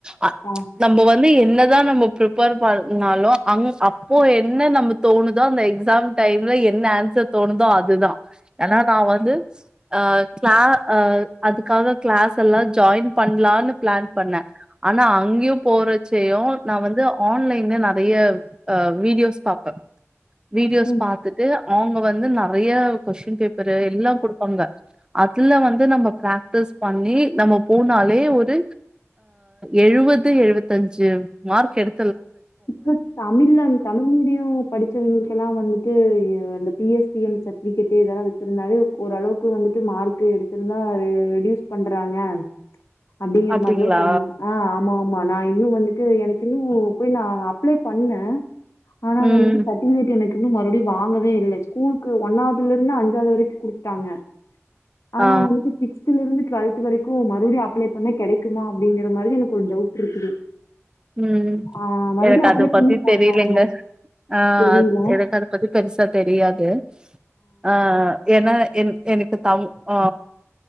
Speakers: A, on the right; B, on the left.
A: அ
B: ஆ
A: நம்ப வந்து எ என்னதான் நம்ம பிரிப்பேர் பண்ணாலும் அங் அப்போ என்ன நம்ப தோணுதோ அந்த எக்ஸாம் டைம்ல என்ன ஆன்சர் தோணுதோ அதுதான் ஏன்னா நான் வந்து அ க்ளா அ அதுக்காக க்ளாஸ் எல்லாம் ஜாய்ன் பண்ணலானு பிளான் பண்ண ஆனா அங்கேயும் போறச்சையும் நா வந்து ஆன்லைன்ல நிறைய ஆ வீடியோஸ் பாபே வீடியோஸ்
B: ம்
A: பாத்துட்டு அவங்க வந்து நிறைய கொஸ்டின் பேப்பரு எல்லாம் கொடுப்பாங்க அதுல வந்து நம்ம பிராக்டிஸ் பண்ணி நம்ம போன ஒரு எழுபது எழுபத்தஞ்சு மார்க் எடு
B: இப்ப தமிழ்ல தமிழ் மீடியம் படிச்சவங்களுளுக்கு எல்லாம் வந்துட்டு பி எஸிஎம் சர்டிபிகேட்டு இதெல்லாம் வச்சிருந்தாலே ஓரளவுக்கு வந்துட்டு மார்க் எடுத்திருந்தா ரெட்யூஸ் பண்றாங்க அப்படிங்கிற
A: அப்டிங்களா
B: மாதிரிதா சொன்னா ஆ ஆமா ஆமா நா இன்னும் வந்துட்டு எனக்கு இன்னும் போய் நா அப்ளை பண்ண ஆனா அதளைக்கு
A: ம்
B: சர்டிபிகேட் எனக் இன்னும் மறுபடியும் வாங்கவே இல்ல ஸ்கூலுக்கு ஒன்னாவதுல இருந்து அஞ்சது வரைக்கும் குடுத்துட்டாங்க ஆனா
A: ஆ
B: வந்துட்டு சிக்ஸ்தல இருந்து டுவெல்த் வரைக்கும் மறுபடியும் அப்ளை பண்ண கிடைக்குமா அப்படிங்கற மாதிரி எனக்கு ஒரு டவுட் இருக்குது
A: ம்
B: ஆ மறுபடியும்
A: எனக்கு
B: அப்ளை
A: அது பத்தி
B: பண்ணி பார்க்கலாமா?
A: தெரியலங்க ஆ
B: தெரியல.
A: எனக்கு அது பத்தி பெருசா தெரியாது ஆ ஏன்னா என் எனக்கு தம் ஆ